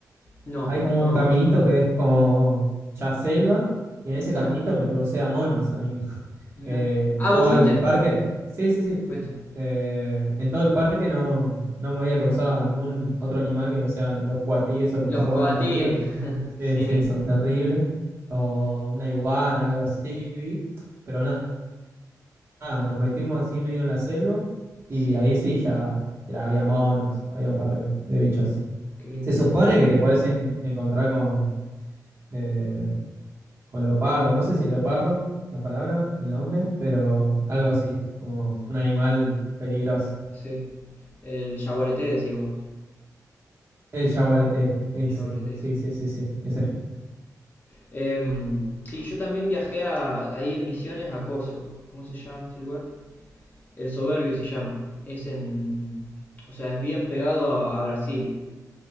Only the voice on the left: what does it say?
No,
no,
eso no.
Mirá,
mirá.
Ah,
vos fuiste.
Fuiste.
Los
coatíes.
<laughs>
sí,
sí.
Qué lindo.
Sí. El yaguareté decís vos.
El yaguareté,
sí.
Em, sí, yo también viajé a- ahí en Misiones a Coso. ¿Cómo se llama este lugar? El Soberbio se llama. Es en... O sea, es bien pegado a, a Brasil.